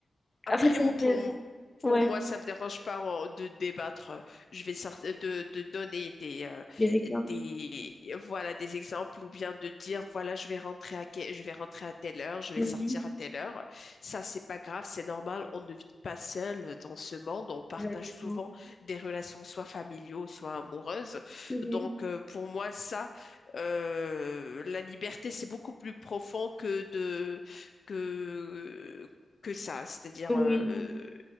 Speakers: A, on the left; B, on the left.
A: Après,
B: en fait, c'est-
A: m- pour,
B: euh,
A: m-
B: ouais,
A: pour moi, ça me dérange pas euh, de débattre. euh, Je vais sortir de, de donner des, euh,
B: des exemples.
A: des, voilà, des exemples ou bien de dire, voilà, je vais rentrer à, que- je vais rentrer à telle heure, je vais
B: Mhm.
A: sortir à telle heure. Ça, c'est pas grave, c'est normal. On ne vit pas seul dans ce monde. On partage
B: Exactement.
A: souvent des relations, soit familiaux, soit amoureuses.
B: Mhm.
A: Donc, euh, pour moi, ça, euh, la liberté, c'est beaucoup plus profond que de, que que ça. C'est-à-dire,
B: Oui,
A: euh,
B: oui.